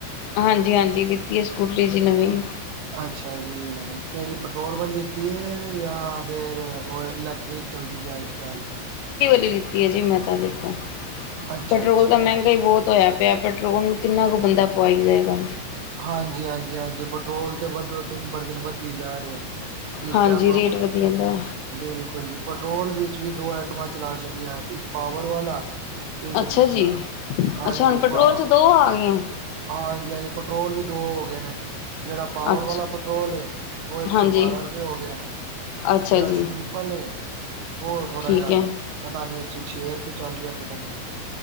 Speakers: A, on the left (about 80°); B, on the right (about 80°).
A: ਹਾਂਜੀ--ਹਾਂਜੀ ਲਿਤੀ ਹੈ ਸਕੂਟਰੀ ਜੀ ਨਵੀਂ।
B: ਅੱਛਾ ਜੀ, ਕਿਹੜੀ ਪੈਟਰੋਲ ਵਾਲੀ ਲਿਤੀ ਹੈ ਜਾ ਫੇਰ? ਹੋਰ ਇਲੈਕਟ੍ਰਿਕ, ਚੱਲਦੀ ਪਈ ਅੱਜ ਕੱਲ?
A: ਅਲਕਟਿਕ ਲਿਤੀ, ਹੈ ਜੀ ਮੈਂ ਤਾਂ, ਦੇਖੋ
B: ਅੱਛਾ
A: ਪੈਟਰੋਲ
B: ਅੱਛਾ
A: ਤਾਂ ਮਹਿੰਗਾ ਹੀ ਬਹੁਤ ਹੋਇਆ ਪਿਆ। ਪੈਟਰੋਲ, ਕਿੰਨਾ ਕੁ ਬੰਦਾ ਪਵਾਈ ਜਾਏਗਾ।
B: ਹਾਂਜੀ ਹਾਂਜੀ ਹਾਂਜੀ, ਪੈਟਰੋਲ ਤੇ ਵਧੋ ਦਿਨ ਬ ਦਿਨ, ਵੱਧਦੀ ਜਾ ਰਿਹਾ। ਇਸ
A: ਹਾਂਜੀ
B: ਟੈਮ
A: ਰੇਟ
B: ਆਪ,
A: ਵਧੀਆ ਦਾ
B: ਬਿਲਕੁਲ ਜੀ। ਪੈਟਰੋਲ ਵਿੱਚ, ਵੀ ਦੋ ਆਈਟਮਾਂ ਚਲਾ ਛਡੀਆਂ, ਇੱਕ ਪਾਵਰ ਵਾਲਾ ਇੱਕ
A: ਅੱਛਾ
B: ਦੂਜਾ
A: ਜੀ
B: ਹਾਂਜੀ,
A: ਅੱਛਾ ਹੁਣ
B: ਅਪਾਂ
A: ਪੈਟਰੋਲ ਚ ਦੋ ਆ ਗਏ ਹੈ,
B: ਹਾਂਜੀ ਹਾਂਜੀ। ਪੈਟਰੋਲ, ਵੀ ਦੋ ਹੋ ਗਏ ਨੇ ਜਿਹੜਾ ਪਾਵਰ
A: ਅੱਛਾ
B: ਵਾਲਾ ਪੈਟਰੋਲ ਐ ਉਹ ਇੱਕ
A: ਹਾਂਜੀ
B: ਸੌ ਬਾਰਾਂ ਰੁਪਏ ਹੋ ਗਿਆ।
A: ਅੱਛਾ
B: ਜਿਹੜਾ
A: ਜੀ
B: ਸਿੰਪਲ ਏ। ਹੋ ਥੋੜਾ
A: ਠੀਕ
B: ਜਿਹਾ
A: ਹੈ
B: ਪਤਾ ਨੀ ਇੱਕ ਸੌ ਛੇ ਰੁਪਏ ਚੱਲ ਰਿਹਾ ਪ